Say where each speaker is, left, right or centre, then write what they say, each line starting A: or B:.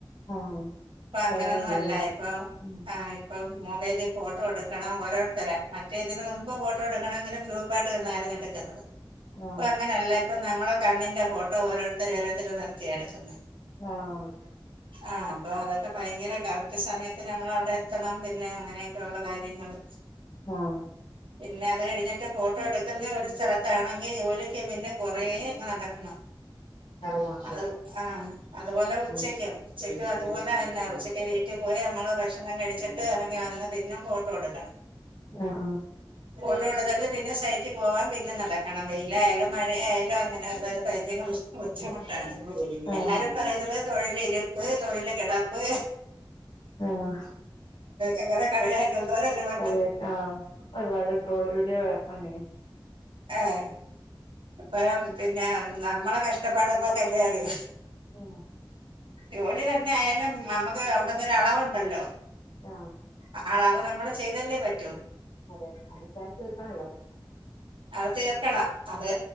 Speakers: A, on the left (about 80°); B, on the right (about 75°).
A: ആഹ് ആഹ്
B: ഇപ്പൊ
A: ഇപ്പ
B: അങ്ങനൊന്നും
A: അങ്ങനെല്ല്യാല്ലേ
B: അല്ല ഇപ്പൊ
A: ഉം
B: ആ ഇപ്പം മൊബൈല്ല് ഫോട്ടോ എട് ക്കണം ഓരോര്ത്തരെ മറ്റേ ഇതിന് മുമ്പ് ഫോട്ടോ എട്ക്കണെങ്കിൽ ഗ്രൂപ്പായിട്ട് നിന്നായിരുന്നു എട്ക്ക് ന്നത്.
A: ആഹ്
B: ഇപ്പ അങ്ങനെയല്ല ഇപ്പൊ നമ്മളെ കണ്ണിന്റെ ഫോട്ടോ ഓരോര്ത്തരെ ഓരോര്ത്തരെ നിർത്തിയ എട്ക്ക്ന്നെ.
A: ആഹ്.
B: ആ അപ്പൊ അതൊക്കെ ഭയങ്കര കറക്ട് സമയത്തിന് അങ്ങളവ്ടെ എത്തണം പിന്നെ അങ്ങനെയൊക്കെള്ള കാര്യ ര്യങ്ങള്.
A: ആഹ്.
B: പിന്നെ അത് കഴിഞ്ഞിട്ട് ഫോട്ടോ എട്ക്ക്ന്നെ ഒരു സ്ഥലത്താണെങ്കി ജോലിക്ക് പിന്നെ കൊറേ നടക്കണം
A: വേറെ ഫോണില്
B: അത് ആ അതുപോലെ ഉച്ചക്കും.
A: ആഹ്
B: ഉച്ചക്ക് അതുപോലെ തന്നെ ഉച്ചക്ക് വീട്ടി പോയി അമ്മള് ഭക്ഷണം കഴിച്ചിട്ട് ഇറങ്ങി വന്ന് പിന്നെ പോ തൊടക
A: ആഹ് ആഹ്.
B: ഫോട്ടോ എടുത്തിട്ട് പിന്നെ സൈറ്റിൽ പോവാൻ പിന്നെ നടക്കണം വെയിലായാലും മഴയായാലും അങ്ങനെ <unintelligible> ബുദ്ധിമുട്ടാണ്
A: ആഹ് ആഹ്
B: എല്ലാരും പറയുന്നത് തൊഴിൽ ഇരിപ്പ് തൊഴില് കെടപ്പ്
A: ആഹ
B: അങ്ങനെ കളിയാക്കി എന്താ <unintelligible>
A: കളിആക്കി ആഹ് ഒരുപാട് ട്രോള് വീഡിയോ ആണ് അങ്ങനെ
B: എഹ് അപ്പഴേ പിന്നെ നമ്മളെ കഷ്ടപ്പാട് നമ്മക്ക്ല്ലേ അറിയൂ
A: ആഹ്
B: ജോലി തന്നെ ആയാലും നമ്മക്ക് അവിടെന്നൊരു അളവുണ്ടല്ലോ
A: ആഹ്
B: ആഹ് അളവ് നമ്മള് ചെയ്തല്ലേ പറ്റു
A: അതെ അതെന്തായാലും തീർക്കണല്ലോ
B: അത് തീർക്കണം അത്